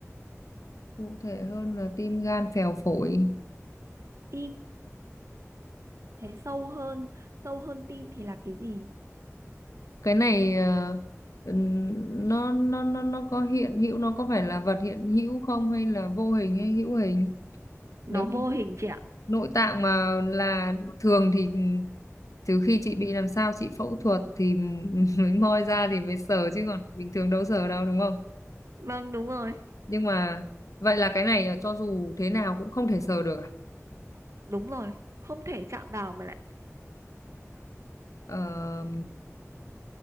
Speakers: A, on the left (about 85°); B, on the right (about 65°).
A: cụ thể hơn là tim gan phèo phổi
B: tim thế sâu hơn sâu hơn tim thì là cái gì
A: cái này ờ, ừm, nó nó nó nó có hiện hữu nó có phải là vật hiện hữu không hay là vô hình hay hữu hình
B: nó
A: nếu
B: vô hình chị ạ
A: nội tạng mà là thường thì trừ khi chị bị làm sao chị phẫu thuật thì <laughs> mới moi ra thì mới sờ chứ còn bình thường đâu sờ đâu đúng không
B: vâng đúng rồi
A: nhưng mà vậy là cái này cho dù thế nào cũng không thể sờ được à
B: đúng rồi không thể chạm vào mà lại
A: Ờ,